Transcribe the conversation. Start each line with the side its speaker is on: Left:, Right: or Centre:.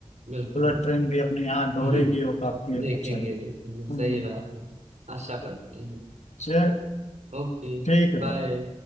Right: बिल्कुल।
Left: बुलेट ट्रेन भी अपने यहाँ दौड़ेगी
Right: <laughs>
Left: और काफी
Right: देखेंगे,
Left: अच्छा लगेगा
Right: देखेंगे, सही
Left: हाँ जी।
Right: बात है। आशा करते हैं।
Left: चल
Right: Okay,
Left: ठीक है
Right: bye.
Left: भाई